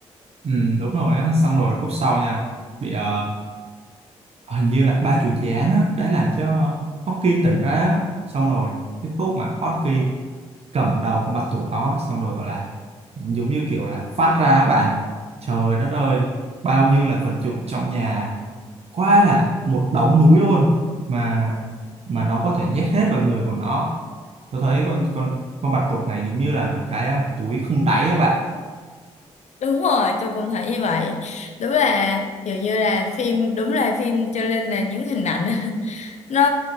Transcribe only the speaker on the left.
đúng rồi tôi cũng thấy như vậy đúng là kiểu như là phim đúng là phim cho nên là những hình ảnh <laughs> nó